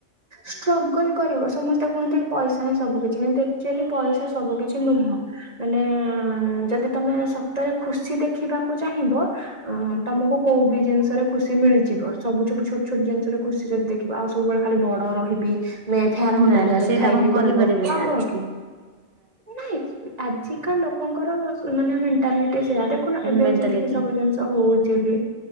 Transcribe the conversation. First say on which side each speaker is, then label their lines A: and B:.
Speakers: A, on the right; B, on the right.
A: ଷ୍ଟ୍ରଗଲ କରିବ ସମସ୍ତେ କୁହନ୍ତି ପଇସା ହିଁ ସବୁ କିଛି ହେମ୍ ତି ଆକ୍ଚୁଆଲି ପଇସା ସବୁ କିଛି ନୁହଁ। ମାନେ ଯଦି ତମେ ସତ ରେ ଖୁସି ଦେଖିବାକୁ ଚାହିଁବ ଅ ତମକୁ କୋଉ ବି ଜିନିଷରେ ଖୁସି ମିଳିଯିବ ସବୁ ସବୁ ଛୋଟ ଛୋଟ ଜିନିଷରେ ଖୁସି ଯଦି ଦେଖ୍ ଖିବା ଆଉ ସବୁବେଳେ ଖାଲି ବଡ ରହିବି। ମେଫୈର ହୋଟେଲରେ
B: ନା ନା
A: ଯାଇ
B: ସେଇଟା
A: ଖାଇବି
B: କଣ କରିପାରିବେ
A: କହିବ ହବ
B: ନା
A: କି ନାଇଁ। ଆଜି କା ଲୋକଙ୍କର ମାନେ ମେଣ୍ଟାଲିଟି ସେୟା ଦେଖୁନ ଏବେ
B: ମେଣ୍ଟାଲିଟି
A: ଯେତିକି ସବୁ ଜିନିଷ ହଉଛି ବି